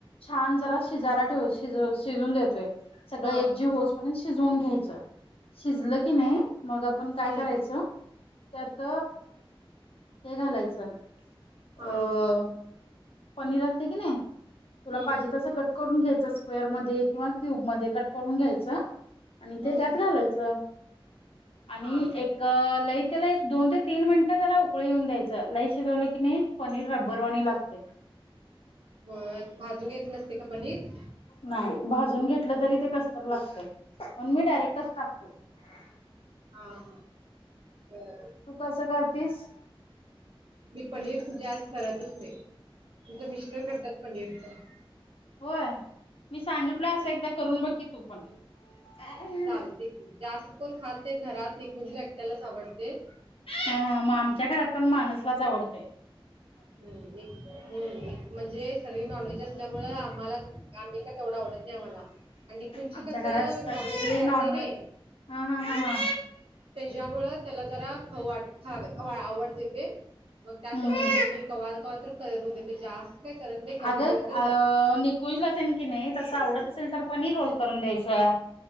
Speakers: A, on the left (about 80°); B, on the right (about 75°).
A: छान जरा शिजायला ठेव शीज शिजून देतोय सगळं
B: हा
A: एकजीव होचपर्यंत शिजवून घ्यायचं शिजलं की नाई मग आपण काय
B: हम्म
A: करायचं त्यात हे घालायचं अं
B: हा
A: नीर असतं की नाई... तुला
B: हम्म
A: पाहिजे तसं कट करून घ्यायचं स्क्वेअर मध्ये किंवा क्यूब मध्ये कट करून घ्यायचं आणि
B: हम्म
A: ते त्यात घालायचं आणि
B: हा
A: एक लय त्याला एक दोन ते तीन मिनिटं झाला उकळी येऊन द्यायचं लई शिजवलं की नाई पनीर रब्बरवाणी लागतंय
B: होय भाजून घ्यायचं नसतं का पनीर
A: नाय भाजून घेतलं तरी ते कसंतरी लागतंय म्हणून मी डायरेक्टच टाकतोय ह
B: हा... बरं
A: तू कसं करतीस
B: मी पनीर जास्त करतच नाई माझं मिस्टर करतात पनीरचं
A: होय मी सांगितलो असं एकदा करून बघ की तू पण हा
B: चालतंय की जास्त कोण खात नाई घरात निकुंजला एकट्यालाच आवडतंय
A: हा मग आमच्या घरात पण मानसलाच आवडतंय
B: हम्म एक हम्म एक म्हणजे सगळी नॉनव्हेज असल्यामुळे आम्हाला आम्ही का तेवढं आवडत नाही आम्हाला आणि निकुचं
A: आमच्या
B: कसं
A: घरात सगळे
B: नॉन व्हेज खात
A: नॉनव्हेज
B: नई नै
A: हा हा हा हा
B: त्याच्यामुळे त्याला जरा खाऊ वाट खावे आवडते ते मग त्यासाठी
A: हम्म
B: यांनी कवा कवा तर करून देते जास्त काही करत नाही कधी
A: अगं
B: कधी तर
A: अ
B: जरा
A: निकुंजला ते की नाई तसं आवडत असेल तर पनीर रोल करून द्यायचा